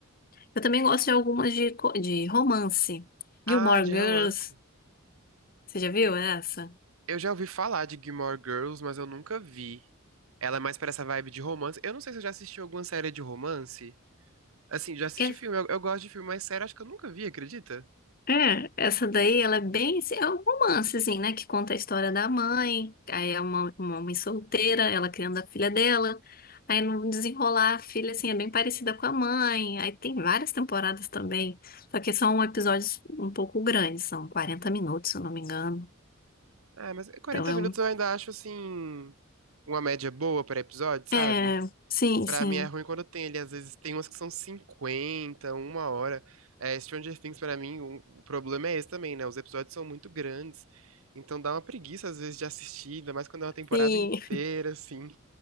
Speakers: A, on the left; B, on the right.
A: Eu também gosto de algumas de, co- de romance.
B: Ah,
A: Gilmore
B: de
A: Girls,
B: romance.
A: você já viu essa?
B: Eu já ouvi falar de Gilmore Girls, mas eu nunca vi. Ela é mais pra essa vibe de romance. Eu não sei se eu já assisti alguma série de romance. Assim, já assisti
A: É
B: filme. Eu, eu gosto de filme, mas série acho que eu nunca vi, acredita?
A: É, essa daí, ela é bem, assim, é um romance, assim, né, que conta a história da mãe, aí é uma, uma mãe solteira, ela criando a filha dela, aí no desenrolar a filha, assim, é bem parecida com a mãe, aí tem várias temporadas também, só que são episódios um pouco grandes, são 40 minutos, se eu não me engano,
B: Ah, mas 40
A: então é
B: minutos
A: um...
B: eu ainda acho, assim, uma média boa pra episódio, sabe?
A: É, sim,
B: Pra
A: sim,
B: mim é ruim quando tem ele. Às vezes tem umas que são 50 uma hora. É, Stranger Things, pra mim, um- o problema é esse também, né? Os episódios são muito grandes. Então dá uma preguiça, às vezes, de assistir, ainda mais quando é uma temporada
A: sim,
B: inteira, assim.